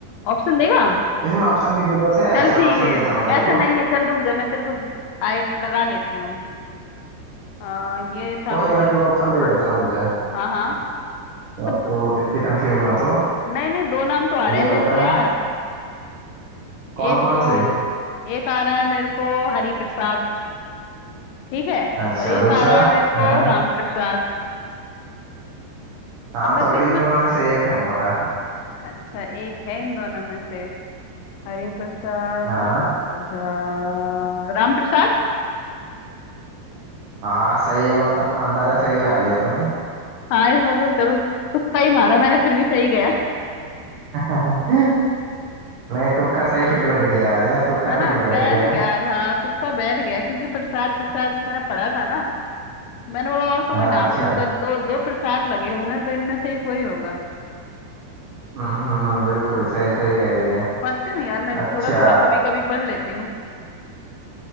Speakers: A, on the left (about 85°); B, on the right (about 70°).
A: ऑप्शन देगा
B: इसमें ऑप्शन की जरूरत है
A: चल ठीक
B: चल ऑप्शन
A: है
B: देता हूँ मैं तेरे
A: वैसे
B: को
A: नहीं है चल रुक जा मैं तेरे को आई लगा लेती हूँ आ, ये था
B: कोई
A: घोड़े
B: नहीं मैं तेरे को ऑप्शन दे
A: हाँ
B: देता हूँ रुक जा
A: हाँ हाँ
B: तो
A: तो
B: अब
A: दो,
B: तू इतनी कंफ्यूज मत हो
A: नहीं नहीं दो नाम तो आ रहे
B: ये
A: हैं मेरे
B: बता
A: को यार
B: कौन
A: एक
B: कौन
A: तो
B: से
A: एक आ रहा है मेरे को हरि प्रसाद ठीक है
B: अच्छा
A: और एक
B: दूसरा
A: आ रहा है मेरे को
B: हाँ
A: राम प्रसाद
B: हाँ
A: अब मेरे
B: तो
A: को
B: अब
A: इसमें
B: इन दोनों में से एक है अब बता
A: अच्छा एक है इन दोनों में से हरि प्रसाद
B: हाँ
A: राम प्रसाद राम प्रसाद
B: हाँ सही है मतलब अंदाजा सही लगा लिया तूने
A: हाँ इसमें तो चलो तुक्का ही मारा मैंने फिर भी सही गया
B: <laughs> नहीं तुक्का सही फिट बैठ गया आज है तुक्का
A: है ना
B: फिट बैठ
A: बैठ
B: गया है
A: गया हाँ तुक्का बैठ गया क्योंकि प्रसाद प्रसाद मैंने पढ़ा था ना मैंने बोला और तो
B: हाँ
A: कोई नाम
B: अच्छा
A: नहीं होगा दो दो प्रसाद लगे हुए हैं तो इनमें से ही कोई होगा
B: हम्म बिल्कुल
A: हाँ,
B: सही सही कह रही है
A: पढ़ती हूँ यार मैं
B: अच्छा
A: भी थोड़ा थोड़ा कभी कभी पढ़ लेती हूँ